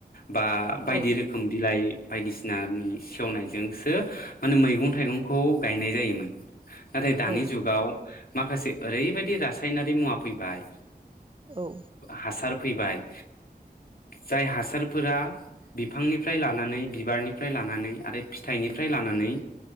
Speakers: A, on the left; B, on the right.
A: बा बायदि
B: औ
A: रोखोम बिलाइ बायदिसिनानि सेवनायजोंसो माने मैगं थाइगंखौ गायनाय जायोमोन। नाथाय दानि
B: औ
A: जुगाव। माखासे ओरैबायदि। रासायारि मुवा फैबाय।
B: औ
A: हासार। फैबाय जाय हासारफोरा बिफांनिफ्राय लानानै बिबारनिफ्राय लानानै आरो फिथाइनिफ्राय लानानै